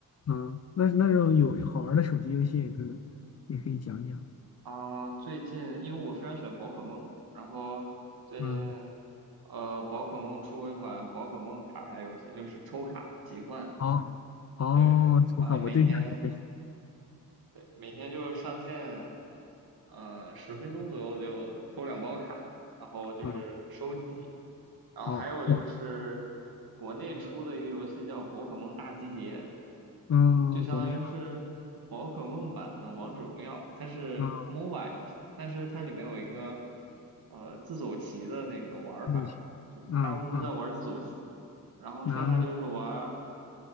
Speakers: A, on the left (about 45°); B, on the right (about 75°).
A: 哦，那那种有好玩的手机游戏也可以也可以讲讲，
B: 啊。最近因为我非常喜欢宝可梦嘛，然后最近
A: 嗯，
B: 呃宝可梦出过一款宝可梦卡牌游戏，就是抽卡集换，
A: 好，哦，
B: 对，
A: 我靠，
B: 然后你每天。
A: 我对象还没
B: 对，每天就是上线，嗯、十分钟左右就抽两包卡，然后就是收集，
A: 嗯。
B: 然后还有就是国内出的一个游戏叫《宝可梦大集结》，
A: 哦哦，嗯，
B: 就相当于是宝可梦版的王者荣耀，
A: 国内啊，
B: 它是
A: 嗯，
B: MOBA 游戏，但是它里面有一个呃自走棋的那个玩儿法，
A: 不行，
B: 就是大部分都在玩儿自走棋，
A: 啊，啊，
B: 然后剩下就是玩。
A: 那、